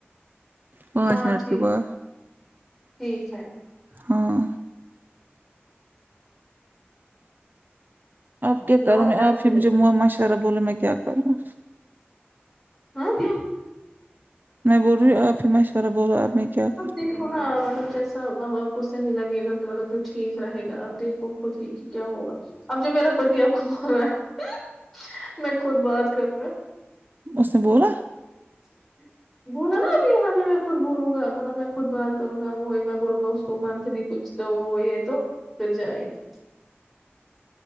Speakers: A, on the right; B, in the centre.
A: پانچ
B: ہاں
A: منٹ
B: ٹھیک
A: کے بعد
B: ہے ٹھیک ہے
A: ہاں اب کیا
B: جب
A: کروں میں
B: ترقی
A: آپ ہی مجھے مشورہ بولے میں کیا کروںا
B: ہاں
A: میں بول رہی آپ ہی مشورہ بولواب میں کیا کروں
B: اب دے تھوڑا مطلب جیسا اب آپ کو صحی لگے گا تو مطلب جو ٹھیک رہے گا اب دیکھو خود ہی کہ کیا ہوگا اب جو میرا پتی آپ کو رہا ہے میں خود بات کروں گا
A: اس نے بولا
B: جی جی بولا نا اب یہاں بھی خود بولوں گامطلب میں خود بیان کروں گا وہی میں بولوں گا اس کو من سے بھی کچھ تو وہ یہ تو پھر جائے گی